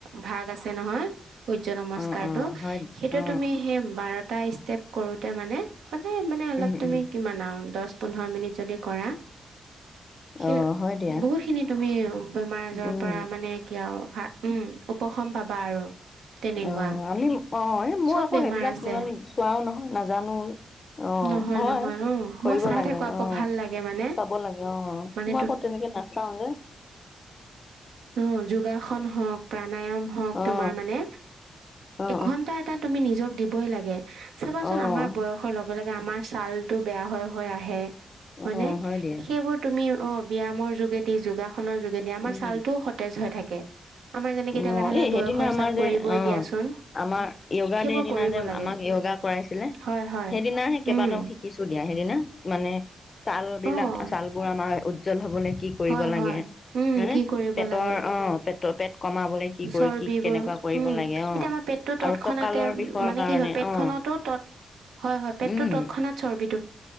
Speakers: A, on the right (about 85°); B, on the left (about 45°).
A: ভাগ আছে নহয়। সূৰ্য নমস্কাৰটো
B: অ অ হয়
A: সেইটো
B: অ
A: তুমি সেই বাৰটা ষ্টেপ কৰোতে মানে, তাতে মানে অলপ
B: উম
A: তুমি
B: উম
A: কিমান আৰু দহ পোন্ধৰ মিনিট যদি কৰা, সেই
B: অ হয় দিয়া
A: বহুত খিনি তুমি বেমাৰ আজাৰৰ
B: উম
A: পৰা মানে কি আৰু উম উপশম পাবা আৰু তেনেকুৱা
B: অ আমি অ মোৰ
A: চব
B: আকৌ
A: বেমাৰ
B: সেইবিলাক
A: আছে
B: ইমান চোৱাও নহয় নাজানো। অ
A: নহয়
B: হয়
A: নহয় অ
B: কৰিব
A: মই চাই
B: লাগে
A: থাকো আকৌ
B: অ
A: ভাল লাগে মানে
B: চাব লাগে অ
A: মানে
B: মই আকৌ তেনেকে নাচাওঁ
A: উ যোগাসন হওক প্ৰাণায়াম হওক
B: অ
A: তোমাৰ মানে
B: অ
A: এঘন্টা এটা তুমি নিজক দিবই লাগে। চাবাচোন
B: অ
A: আমাৰ
B: অ
A: বয়সৰ লগে লগে আমাৰ ছাল টো বেয়া হৈ হৈ আহে।
B: অ
A: হয়নে
B: হয় দিয়া
A: সেইবোৰ তুমি অ ব্যায়ামৰ যোগেদি যোগাস খনৰ যোগেদিয়ে আমাৰ
B: উম
A: ছালটোও সতেজ হৈ থাকে। আমাৰ যেনেকে এতিয়া
B: অ
A: লাহে লাহে
B: এই সেইদিনা
A: বয়সৰ
B: আমাৰ
A: চাপ পৰিবই
B: যে অহ,
A: দিয়াচোন।
B: আমাৰ য়গা
A: সেইবোৰ
B: দেৰ দিনা
A: কৰিব
B: যে
A: লাগে।
B: আমাক য়গা কৰাইছিলে
A: হয় হয়।
B: সেইদিনা কেইবাটাও
A: উম,
B: শিকিছো দিয়া সেইদিনা মানে ছাল বিলাক
A: অ'
B: চাল বোৰ আমাৰ উজ্জ্বল হ'বলে কি কৰিব
A: হয়
B: লাগে
A: হয়। উম,
B: হে
A: কি কৰিব
B: পেটৰ
A: লাগে
B: অ পেটৰ পেট কমাবলৈ কি কৰি
A: চৰ্বিবোৰ
B: কি কেনেকুৱা কৰিব
A: উম
B: লাগে অ
A: এতিয়া আমাৰ পেটটো তৎক্ষণাতে
B: আৰু কঁকালৰ বিষৰ
A: মানে
B: কাৰণে
A: কি হয় পেটখনত,
B: অ
A: হয় হয় পেটটো
B: উম
A: তৎক্ষণাত চৰ্বিত